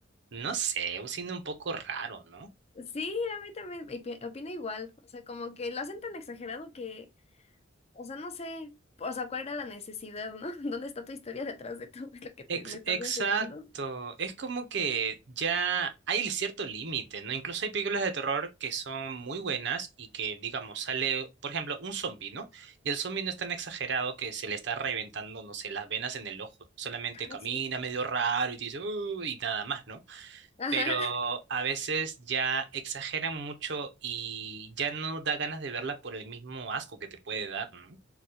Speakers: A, on the right (about 65°); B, on the left (about 35°).
A: no sé, un cine un poco raro, no
B: Sí, a mí también opi- opino igual. O sea, como que lo hacen tan exagerado que, o sea, no sé, o sea, cuál era la necesidad, ¿no? <laughs> ¿Dónde está tu historia detrás de todo lo que te,
A: Ex-
B: me estás
A: exacto.
B: enseñando?
A: Es como que ya hay cierto límite, ¿no? Incluso hay películas de terror que son muy buenas y que, digamos, sale, por ejemplo, un zombi, ¿no? Y el zombi no es tan exagerado que se le está reventando, no sé, las venas en el ojo. Solamente
B: <laughs>
A: camina
B: Ah, sí
A: medio raro y te dice, "Uh", y nada más, ¿no?
B: Ajá.
A: Pero a veces ya exageran mucho y ya no da ganas de verla por el mismo asco que te puede dar, ¿no?